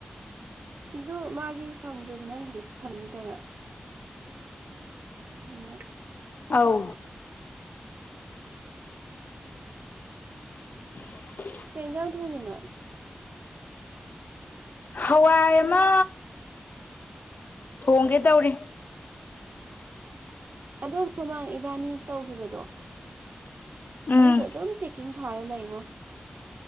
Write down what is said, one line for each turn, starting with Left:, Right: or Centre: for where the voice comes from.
Right: ꯑꯗꯨ ꯃꯥꯒꯤ ꯐꯪꯗ꯭ꯔꯁꯨ ꯅꯪꯒꯤꯗꯤ ꯐꯪꯅꯤꯗꯅ ꯆꯨꯝꯃꯦ
Left: ꯑꯥꯎ <inaudible>
Right: ꯀꯩ ꯍꯦꯟꯖꯥꯡ ꯊꯣꯡꯉꯤꯅꯣ
Left: ꯍꯋꯥꯏ ꯑꯃ ꯊꯣꯡꯒꯦ ꯇꯧꯔꯤ
Right: ꯑꯗꯨ ꯃꯃꯥꯡ ꯏꯕꯥꯅꯤ ꯇꯧꯒꯤꯕꯗꯣ
Left: ꯎꯝ
Right: ꯑꯗꯨꯗꯣ ꯑꯗꯨꯝ ꯆꯤꯛ ꯏꯟ ꯊꯥꯔ ꯂꯩꯉꯣ